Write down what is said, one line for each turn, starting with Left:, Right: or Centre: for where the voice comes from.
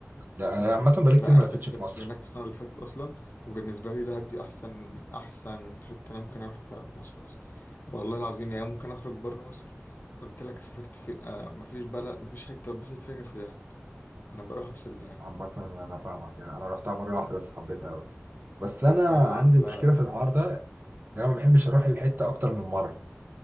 Right: ده انا
Left: مم.
Right: عامه بقالي
Left: لا
Right: كتير ما
Left: انا
Right: لفتش
Left: لسه
Right: في
Left: كنت
Right: مصر
Left: هناك السنه اللي فاتت اصلا وبالنسبه لي دهب دي احسن احسن حته انا ممكن اروح فيها في مصر اصلا والله العظيم يعني ممكن اخرج بره مصر قلت لك سافرت فين انا مفيش بلد مفيش حته اتبسط فيها غير في دهب انا بروح افصل دماغي
Right: عامة أنا فاهمك يعني أنا رحتها مرة واحدة بس حبيتها أوي بس أنا عندي
Left: آه لا
Right: مشكلة
Left: لا
Right: في
Left: هي
Right: الحوار
Left: حلوه
Right: ده إن أنا ما بحبش أروح الحتة أكتر من مرة